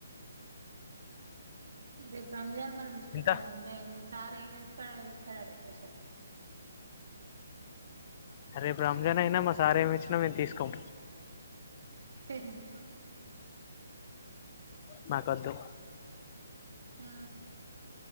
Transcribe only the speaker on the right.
రేపు రంజామ్ మ
మీ సార్ ఏమిస్తాడు ఇస్తా అంట స్పెషల్
ఎందుకో
హు